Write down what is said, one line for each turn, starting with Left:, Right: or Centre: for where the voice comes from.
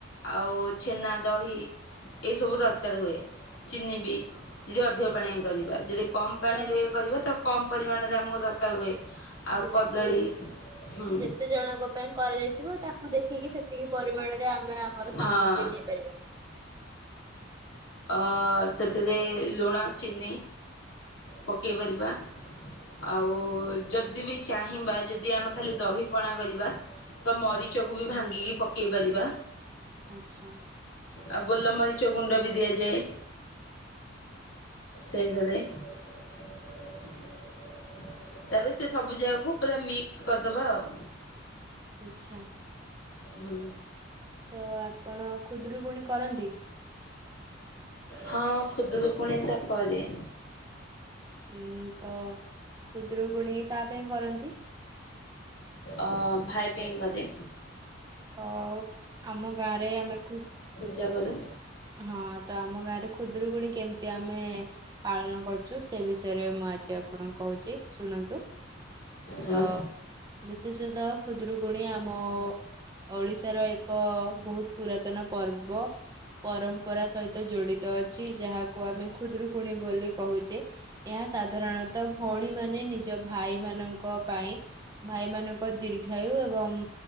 Left: ଆଉ ଛେନା ଦହି ଏସବୁ ଦରକାର ହୁଏ। ଚିନି ବି
Right: ହଁ
Left: ଯଦି ଅଧିକ ପାଣି
Right: ମାନେ
Left: କରିବା ଯଦି କମ
Right: ଆମର
Left: ପାଣିରେ କରିବା ତ କମ ପରିମାଣରେ ଆମକୁ ର ଆ ହୁଏ। ଆଉ
Right: ଯେତେ
Left: କଦଳୀ ହୁଁ
Right: ଯେତେ ଜଣଙ୍କ ପାଇଁ କରାଯାଇଥିବ ତାକୁ ଦେଖିକି ସେତିକି ପରିମାଣରେ ଆମେ ଆମର ସାମଗ୍ରୀ
Left: ହଁ
Right: ନେଇପାରିବା।
Left: ହଁ ସେଥିରେ ଲୁଣ ଚିନି ପକାଇ ପାରିବା ଆଉ ଯଦି ବି ଚାହିଁବା ଯଦି ଆମେ ଖାଲି ଦହି ପଣା କରିବା। ତ ମରିଚକୁ
Right: ହୁଁ
Left: ବି ଭାଙ୍ଗିକି ପକେଇବ୍ ପାରିବା
Right: ଆଚ୍ଛା
Left: ଆଉ ଗୋଲମରିଚ ଗୁଣ୍ଡ ବି ଦିଆଯାଏ। ଶେଷରେ ତାପରେ ସେ ସବୁ ଜାଗାକୁ ପୁରା ମିକ୍ସ କରିଦେବା ଆଉ
Right: ଆଚ୍ଛା
Left: ହୁଁ
Right: ତ ଆପଣ ଖୁଦୁରୁ ଗୁଣି କରନ୍ତି?
Left: ହଁ ଖୁଦୁରୁକୁଣି ତ କରେ।
Right: ଉଁ ତ ଖୁଦୁରୁକୁୁଣୀ କାହା ପାଇଁ କରନ୍ତି?
Left: ଅ ଭାଇ ପାଇଁକ ଦେ
Right: ତ ଆମ ଗାଁରେ ଆମେ ଖୁ
Left: ଜାକରୁ
Right: ହଁ ତା ମ ଗାଁରେ ଖୁଦରୁକୁୁଣୀ କେମିତି ଆମେ ପାଳନ କରୁୁ ଯଉ ସେ ବିଷୟରେ ମୁଁ ଆଜି ଆପଣଙ୍କୁ କହୁଛି ଶୁଣନ୍ତୁ।
Left: ହଁ
Right: ତ ବିଶେଷତଃ ଖୁଦୁରୁକୁଣି ଆମ ଓଡିଶାର ଏକ ବହୁତ ପୁରାତନ ପର୍ବ ପରମ୍ପରା ସହିତ ଜଡିତ ଅଛି ଯାହାକୁ ଆମେ ଖୁଦରୁକୁଣୀ ବୋଲି କୋହୁଚେ। ଏହା ସାଧାରଣତଃ ଭଉଣୀମାନେ ନିଜ ଭାଇମାନଙ୍କ ପାଇଁ ଭାଇମାନଙ୍କ ଦୀର୍ଘାୟୁ ଏବଂ